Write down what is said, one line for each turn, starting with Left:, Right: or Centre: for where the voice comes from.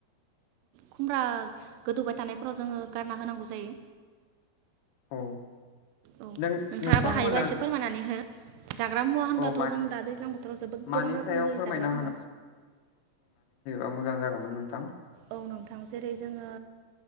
Right: खुमब्रा गोदौबाय थानायफोराव जोङो गारना होनांगौ जायो।
Left: औ
Right: औ
Left: नों
Right: नोंथाङाबो
Left: नोंथांमोना
Right: हायोबा एसे फोरमायनानै हो जाग्रा मुवा होनबाथ‌जों
Left: औ
Right: दा दैज्लां बोथोराव जोबोत
Left: मानि
Right: गोबां रोखोमनि
Left: सायाव फोरमायना
Right: जाग्रा दङ।
Left: ओ मोजां जागौमोन नोंथां।
Right: औ नोंथां जेरै जोङो